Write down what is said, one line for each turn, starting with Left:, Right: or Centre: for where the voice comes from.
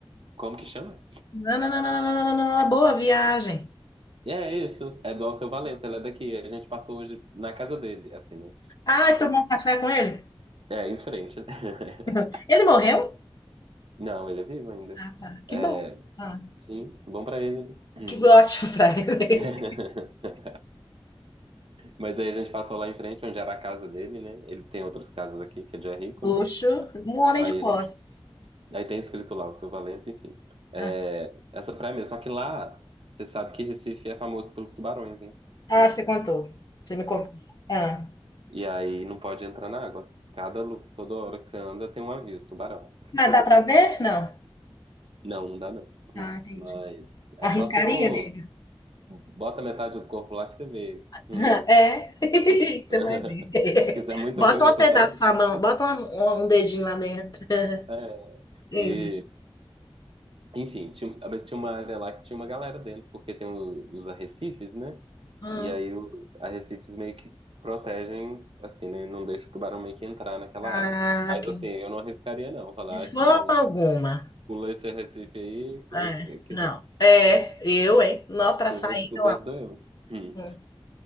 Right: Como que chama?
Left: Nananana, boa viagem.
Right: E é isso, é do Alceu Valença, ele é daqui. A gente passou hoje na casa dele, assim, né?
Left: Ah, tomou um café com ele?
Right: É, em frente, né? <laughs>
Left: <laughs> Ele morreu?
Right: Não, ele é vivo ainda.
Left: Ah, tá. Que
Right: É,
Left: bom. Ah,
Right: sim, bom pra ele, né?
Left: que <laughs> ótimo pra ele.
Right: <clears throat> <laughs> Mas aí a gente passou lá em frente, onde era a casa dele, né? Ele tem outras casas aqui, que é de
Left: <laughs>
Right: é rico,
Left: Luxo,
Right: né?
Left: um homem
Right: Aí
Left: de posses.
Right: a gente. Aí tem escrito lá, Alceu Valença, enfim. É,
Left: Ah,
Right: essa praia mesmo. Só que lá, você sabe que Recife é famoso pelos tubarões, né?
Left: ah,
Right: Hum.
Left: você contou. Você me contou. Ah.
Right: E aí não pode entrar na água. Cada, lu- toda hora que você anda tem um aviso, tubarão.
Left: Mas dá pra ver? Não.
Right: Não, não dá não. Hum.
Left: Ah, entendi.
Right: Mas é
Left: Arriscaria,
Right: só você pôr,
Left: nega?
Right: bota metade do corpo lá que você vê. Hum.
Left: <laughs> É, <laughs>
Right: <laughs>
Left: você vai ver.
Right: Quiser muito
Left: <laughs> Bota
Right: ver o
Left: um
Right: tubarão?
Left: pedaço da sua mão, bota uma- um dedinho lá dentro. <laughs>
Right: É.
Left: Entendi.
Right: E, enfim, tinha- mas tinha uma área lá que tinha uma galera dentro, porque tem o- os arrecifes, né?
Left: Hum,
Right: E aí os arrecifes meio que protegem, assim, né? Não deixa o tubarão meio que entrar naquela
Left: Ah,
Right: área. Mas
Left: ok.
Right: assim, eu não arriscaria não, falar,
Left: De forma
Right: ah, esse tubarão
Left: alguma.
Right: pula esse arrecife aí, que
Left: É,
Right: eu, que- quem
Left: não.
Right: vai
Left: É, eu, hein? Não, pra
Right: quem
Left: sair,
Right: vai se fuder
Left: eu amo.
Right: sou eu. Hum.
Left: Hum,